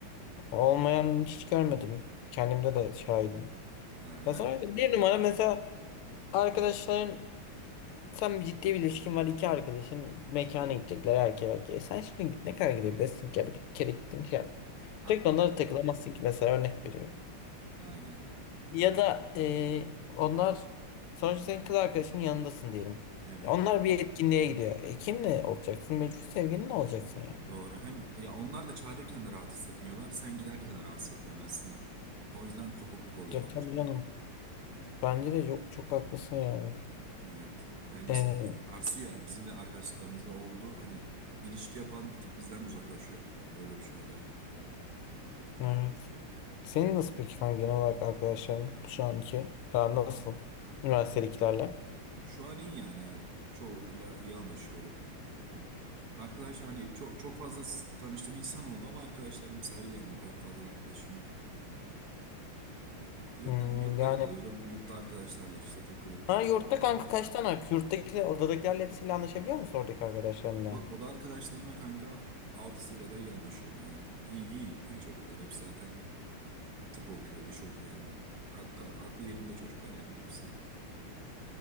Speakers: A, on the left; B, on the right.
A: Olmayan hiç görmedim. Kendimde de şahidim.
B: Ha, ya,
A: Ya sonra bir numara mesela arkadaşların sen bir ciddi bir ilişkin var iki arkadaşın mekana gidecekler erkeğe erkeğe. E sen şimdi git ne kadar gidebilirsin ki? Yani bir kere gittin şey yap.
B: a-
A: Sürekli onlara
B: a-
A: takılamazsın ki mesela örnek veriyorum.
B: aynen.
A: Ya da e, onlar sonuçta senin kız arkadaşının yanındasın diyelim.
B: Evet.
A: Ya Onlar bir etkinliğe gidiyor. E kimle olacaksın? Mecbur sevgilinle olacaksın yani.
B: Doğru. Hem ya onlar da çağırırken de rahat hissetmiyorlar. Sen giderken de rahat hissetmiyorsun aslında. O yüzden kopukluk oluyor
A: Ya tabii
B: bence.
A: canım. Bence de yok çok haklısın yani.
B: Evet. Bence
A: Ee,
B: sar- sarsıyor yani. Bizim de arkadaşlıklarımızda oldu. Hani ilişki yapan bir tık bizden uzaklaşıyor. Öyle bir şey oluyor.
A: evet. Senin nasıl peki kanka genel olarak arkadaşların şu anki aran nasıl? Üniversitedekilerle.
B: Şu an iyi yani. her çoğuyla iyi anlaşıyorum. Ha, Arkadaş hani çok çok fazla s- tanıştığım insan oldu ama arkadaşlarım sayılı yani. O kadar fazla da arkadaşım yok. Yurttan
A: Hmm,
B: yurtta
A: yani
B: kalıyorum. Yurtta arkadaşlarla işte takılıp
A: ha, yurtta
B: geziyorum.
A: kanka kaç tane arkadaş? Yurttakiler, odadakilerle hepsiyle anlaşabiliyor musun oradaki arkadaşlarınla?
B: O, o da arkadaşlarımla kanka altısıyla da iyi anlaşıyorum yani. İyi iyi iyi çocuklar. Hepsi zaten Tıp okuyor, diş okuyor yani. Aklı, aklı yerinde çocuklar evin hepsi.